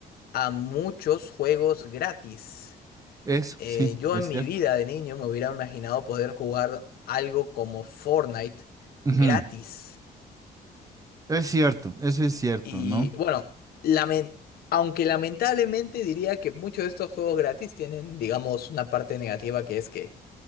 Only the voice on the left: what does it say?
a muchos juegos gratis.
Eh,
yo
en mi
vida de niño me hubiera imaginado poder jugar algo como Fortnite
gratis.
Y
bueno, lamen- aunque lamentablemente diría que muchos de estos juegos gratis tienen, digamos, una parte negativa que es que